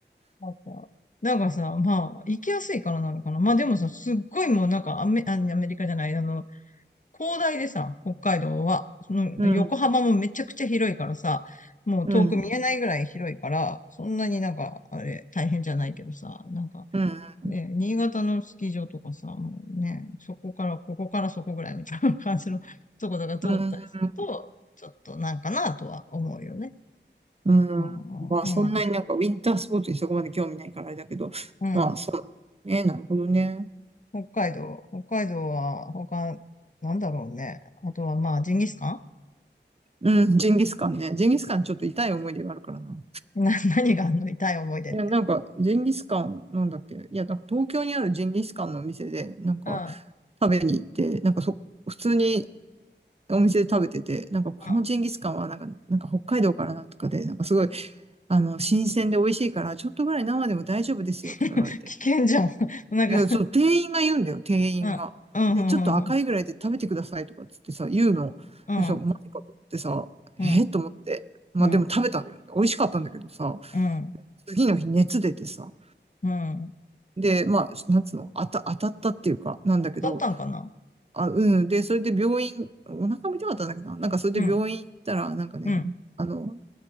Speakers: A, on the left; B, on the right.
A: なんか、なんかさ、まあ、行きやすいからなのかな。まあでもさ、すっごいもうなんかアメ、あアメリカじゃない、あの、広大でさ、北海道は、その横浜もめちゃくちゃ広いからさ、
B: うん、
A: もう遠く見えないぐらい広いから、
B: うん、
A: そんなになんか、あれ、大変じゃないけどさ、なんか、
B: うん、うん、
A: ね、新潟のスキー場とかさ、もうね、そこから、ここからそこぐらいみたいな感じの <laughs> ところが通ったりすると、
B: うん
A: ちょっとなんかなとは思うよね。
B: うーん。
A: うん、
B: まあ、
A: うん、うん。
B: そんなになんかウィンタースポーツにそこまで興味ないからあれだけど、
A: うん
B: まあ、そう。ね、なるほどね。
A: 北海道、北海道は他、なんだろうね。あとはまあ、ジンギスカ
B: うん、ジンギスカンね。ジンギスカンちょっと痛い思い出があるからな。
A: ンな、<laughs> 何があんの痛い思い出って。
B: いや、なんか、ジンギスカン、なんだっけ。いや、なんか東京にあるジンギスカンのお店で、なんか
A: うん。う
B: 食べに行って、なんかそ、普通にお店で食べてて、なんかこのジンギスカンはなんか、
A: ん
B: なんか北海道からなんとかで、なんかすごい、あの、新鮮で美味しいから、ちょっとぐらい生でも大丈夫ですよとか言われて。
A: <laughs> 危険じゃん。<laughs> なんか、
B: いや、そう、店員が言うんだよ、店員が。
A: <laughs> うん、うん、
B: で、ちょっと赤いぐらいで食べてくださいとかっつってさ、言うの。
A: うん、
B: でさ、マジかと思ってさ、えー、
A: うん、
B: と思って。まあでも食べたのよ。
A: うん、うん、
B: 美味しかったんだけどさ、
A: うん、
B: 次の日熱出てさ。
A: うん、うん。
B: で、まあ、なんつうの、あた、当たったっていうか、なんだけど、
A: 当たったんかな
B: あ、うん。で、それで病院、お腹も痛かったんだけどな、なんかそれで病院行ったら、
A: うん、
B: なんかね、
A: うん、
B: あの、